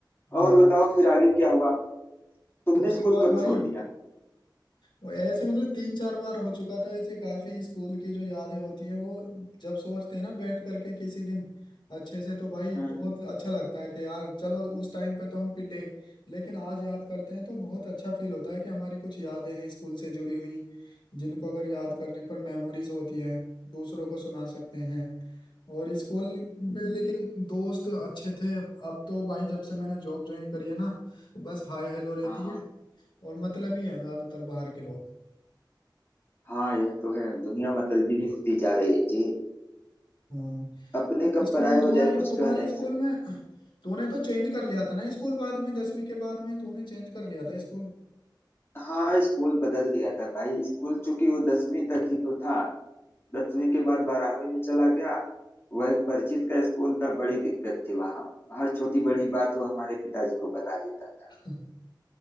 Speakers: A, on the left; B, on the left.
A: हाँ,
B: और बताओ फिर आगे क्या हुआ तुमने
A: उसके
B: स्कूल
A: बाद
B: कब
A: भाई
B: छोड़ दिया
A: वो ऐसे मतलब तीन चार बार हो चुका था ऐसे काफी स्कूल की जो यादें होती हैं वो जब सोचते हैं ना बैठ करके किसी दिन अच्छे से तो भाई
B: हम्म हम्म,
A: बहुत अच्छा लगता है कि यार चलो उस टाइम पे तो हम पिटे लेकिन आज याद करते हैं तो बहुत अच्छा फील होता है कि हमारी कुछ यादें हैं स्कूल से जुड़ी हुई जिनको अगर याद करने पर मेमोरीज होती है दूसरों को सुना सकते हैं और स्कूल में लेकिन दोस्त अच्छे थे अब तो भाई जब से मैंने जॉब ज्वाइन करी है ना तो बस हाय हेलो रहती
B: हाँ हाँ
A: है और मतलब ही है ज्यादातर बाहर के लोग
B: हाँ यह तो है दुनिया मतलबी होती जा रही है जी
A: हाँ
B: अपने कब
A: स्कूल
B: पराये
A: तुम्हारे
B: हो जाए कुछ
A: तुम्हारे
B: कह नहीं
A: स्कूल
B: सकते
A: में तूने तो चेंज कर लिया था ना स्कूल बाद में दसवीं के बाद में तूने चेंज कर लिया था स्कूल
B: हाँ स्कूल बदल दिया था भाई स्कूल चूंकि वो दसवीं तक ही तो था दसवीं के बाद बारहवीं में चला गया वह परिचित का स्कूल था बड़ी दिक्कत थी वहाँ हर छोटी बड़ी बात वो हमारे पिताजी को बता देता था
A: <laughs>